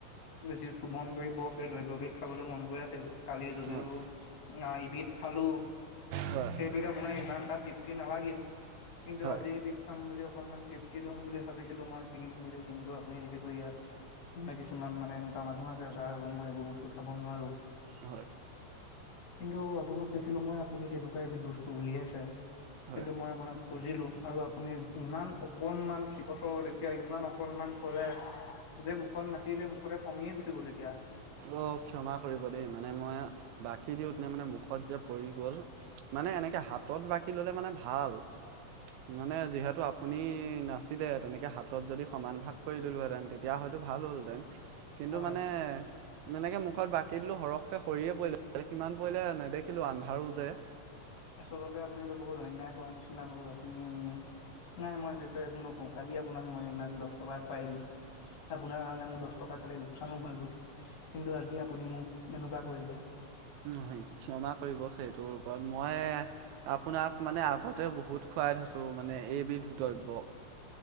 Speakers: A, on the left; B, on the right.
A: যি চুমন দ্ৰব্য সেই দ্ৰব্যবিধ খাবলৈ মন গৈ আ কালি যদিও
B: হয়
A: অ এবিধ খালোঁ
B: হয়
A: সেই বিধ আপোনাৰ ইমান এটা তৃপ্তি নালাগিল কিন্তু
B: হয়
A: আজি এবিধ খাম বুলি অকনমান তৃপ্তি লম বুলি ভাবিছিলো মই কিনিম বুলি কিন্তু আপুনি যিহেতু ইয়াত, এনে কিছুমান মানে এনেকুৱা মানুহ আছে যাৰ আগত মই এইবোৰ বস্তু খাব নোৱাৰো।
B: হয়।
A: কিন্তু আপোনাক দেখিলো মই আপুনি তেনেকুৱা এবিধ বস্তু উলিয়াইছে
B: হয়
A: কিন্তু মই আপোনাক। খুজিলোঁ আৰু আপুনি ইমান অকণমান চিপছৰ লৈকে ইমান অকণমান কৰে যে মুখখন নাতি লৈ মুখতে পমিয়ে গুচি গ'ল এতিয়া।
B: অ ক্ষমা কৰিব দেই মানে মই বাকী দিওঁতে মানে মুখত যে পৰি গ'ল মানে এনেকে হাতত বাকি ল'লে মানে ভাল মানে যিহেতু আপুনি নাছিলে তেনেকে হাতত যদি সমান ভাগ কৰি দিলোহেঁতেন তে এতিয়া হয়তো ভাল হ'লহেঁতেন কিন্তু
A: হয়,
B: মানে এনেকে মুখত বাকী দিলোঁ সৰহকে সৰিয়ে পৰিলে কিমান পৰিলে নেদেখিলোঁ আন্ধাৰো যে
A: আচলতে আপুনিটো বহুত অন্যায় কৰা নিচিনা হ'ল আপুনি নাই মই এই বিষয়ে একো নকওঁ। কালি আপোনাক মই ইমান দহ টকা খুৱাই দিলোঁ আপোনাৰ কাৰণে মোৰ দহ টকা কালিলো লোকচানো হৈ গ'ল। কিন্তু আজি আপুনি মোক এনেকুৱা কৰিলে।
B: নহয় ক্ষয়মা কৰিব সেইটো মই আপোনাক মানে আগতে বহুত খুৱাই থৈছোঁ মানে এইবিধ দ্ৰব্য